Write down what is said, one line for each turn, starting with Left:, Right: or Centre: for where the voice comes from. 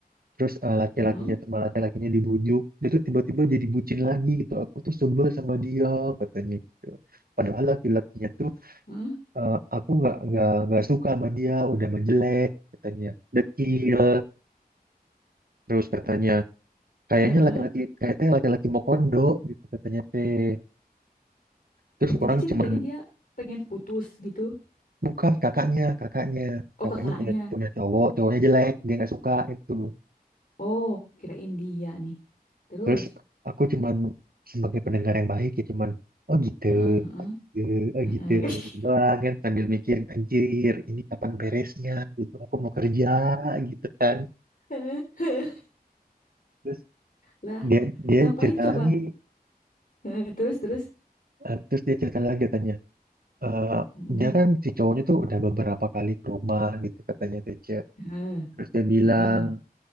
Right: terus eh, laki-lakinya
Left: heeh,
Right: sama laki-lakinya dibujuk dia tuh tiba-tiba jadi bucin lagi gitu aku tuh sebel sama dia katanya gitu padahal laki-lakinya tuh
Left: heeh,
Right: eh, aku nggak nggak nggak suka sama dia udah menjelek katanya dekil terus katanya kayaknya
Left: heeh.
Right: laki-laki kayaknya laki-laki mau kondo gitu katanya teh terus
Left: Oh, jadi
Right: orang
Left: ceritanya
Right: cuman
Left: dia pengen putus gitu.
Right: Bukan kakaknya, kakaknya.
Left: Oh,
Right: Kakaknya
Left: kakaknya.
Right: punya punya cowok, cowoknya jelek, dia nggak suka itu.
Left: Oh, kirain dia nih. Terus,
Right: Terus aku cuman sebagai pendengar yang baik ya cuman oh gitu,
Left: heeh, heeh,
Right: oh gitu, oh gitu,
Left: heeh.
Right: gitu doang kan sambil mikir anjir ini kapan beresnya gitu, aku mau kerja gitu kan.
Left: <laughs>
Right: Terus
Left: Lah,
Right: dia dia
Left: ngapain
Right: cerita
Left: coba
Right: lagi,
Left: Heeh, terus terus.
Right: eh, terus dia cerita lagi katanya, eh
Left: Mm,
Right: dia kan si cowoknya tuh udah beberapa kali ke rumah gitu katanya Tece.
Left: heeh,
Right: Terus dia bilang
Left: heeh,